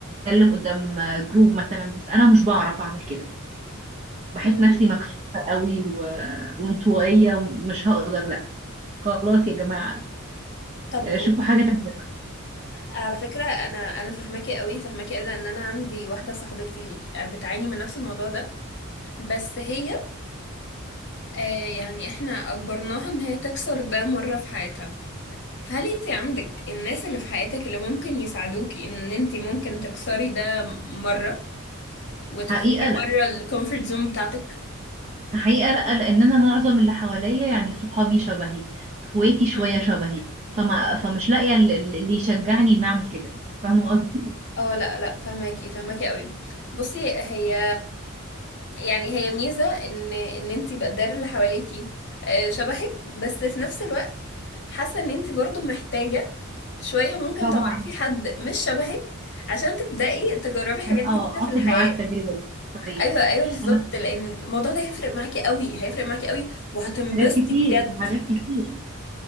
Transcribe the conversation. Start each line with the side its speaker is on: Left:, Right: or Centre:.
Right: أتكلم قدام آه، جروب مثلا بس أنا مش بعرف أعمل كده بحس
Left: مم.
Right: نفسي مكسوفة قوي و... وانطوائية مش هقدر لا خلاص يا جماعة
Left: طب
Right: آه،
Left: أم-
Right: شوفوا حاجة تانية بقى.
Left: على فكرة أنا أنا فهماكي قوي فهماكي قوي لأن أنا عندي واحدة صاحبتي بتعاني من نفس الموضوع ده بس هي آه يعني إحنا أجبرناها إن هي تكسر ده مرة في حياتها هل انت عندك الناس اللي في حياتك اللي ممكن يساعدوكي ان انت ممكن تكسري ده مرة وتخرجي
Right: حقيقة لا
Left: بره الكومفورت زون بتاعتك؟
Right: حقيقة لا لأن أنا معظم اللي حواليا يعني صحابي شبهي اخواتي شوية
Left: هم.
Right: شبهي فما فمش لاقية ال- ال- اللي يشجعني إني أعمل كده فاهمة قصدي؟
Left: اه لا لا فهماكي فهماكي قوي بصي هي يعني هي ميزة ان ان انتي بقدر اللي حواليكي آه، شبهك بس في نفس الوقت حاسة ان انتي برضو محتاجة شوية ممكن
Right: طبعا
Left: تعرفي حد مش شبهك عشان تبدأي تجربي حاجات جديدة
Right: اه
Left: في
Right: اخد
Left: الحياة
Right: معاه التجربة دي صحيح
Left: ايوه ايوه بالظبط
Right: انا
Left: لان الموضوع ده هيفرق معاكي قوي هيفرق معاكي قوي وهتنبسطي
Right: حاجات كتير
Left: بجد
Right: حاجات كتير